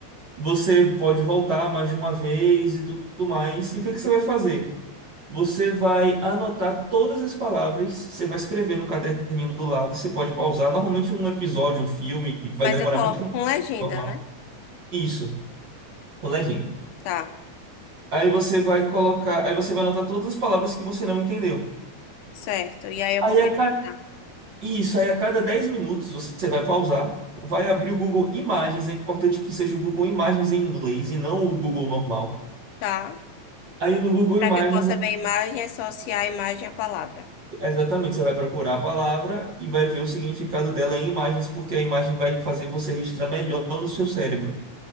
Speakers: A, on the right; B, on the left.
A: Você pode voltar mais de uma vez e tudo mais. E o que que você vai fazer? Você vai anotar todas as palavras, você vai escrever no caderninho do lado, você pode pausar. Normalmente um episódio, um filme, vai
B: Mas
A: demorar
B: eu coloco
A: muito mais
B: com
A: que
B: legenda,
A: o normal.
B: né?
A: Isso, o legend.
B: Tá,
A: Aí você vai colocar, aí você vai anotar todas as palavras que você não entendeu.
B: certo. E aí eu
A: Aí
B: vou pesquisar.
A: a E isso aí, a cada 10 minutos, você vai pausar, vai abrir o Google Imagens. É importante que seja o Google Imagens em inglês e não o Google normal.
B: Tá.
A: Aí no Google
B: para
A: Imagens,
B: que eu possa
A: você-
B: ver a imagem, e associar a imagem à palavra.
A: exatamente, você vai procurar a palavra e vai ver o significado dela em imagens, porque a imagem vai fazer você registrar melhor no seu cérebro.